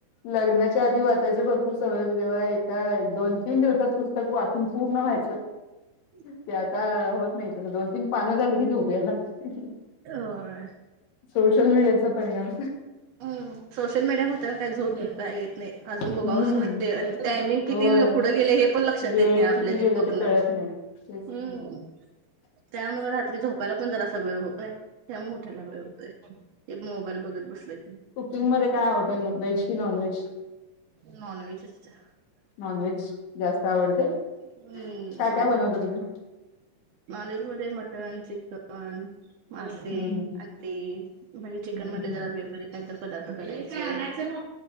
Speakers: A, on the left; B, on the right.
A: लग्नाच्या आधी वाचायचं भरपूर सवय होते तेव्हा एका दोन तीन दिवसात पुस्तक वाचून पूर्ण व्हायचं.
B: <unintelligible> <inaudible>
A: ते आता होत नाही तसं दोन तीन पानं झाले की झोप याल लाग
B: होय
A: सोशल मीडियाचा परिणाम.
B: अ ह सोशल मीडिया बघताना काय झोप विप काय येत नाही अजून
A: हम्म
B: बघावंच वाटते आणि टायमिंग किती
A: होय
B: पुढं गेले हे पण लक्षात
A: वेळ
B: येत नाही
A: किती
B: आपल्या ते
A: गेला
B: बघण्यात.
A: कळत नाही तेच
B: हम्म. त्याममुळे रात्री झोपायला पण जरा असा वेळ होतोय, त्यामूळं उठायला वेळ होतोय. ते मोबाईल बघत बसलाय
A: कुकिंग मध्ये काय आवडते आन मग व्हेज की नॉन व्हेज?
B: नॉन व्हेजच चा.
A: नॉनव्हेज जास्त आवडते काय
B: हम्म
A: काय बनवता तुम्ही?
B: नॉनवेज मध्ये मटन, चिकन मासेअंडी
A: हम्म हम्म
B: म्हणजे चिकन मधले
A: हम्म
B: जरा वेग <unintelligible> काही तर पदार्थ करायचं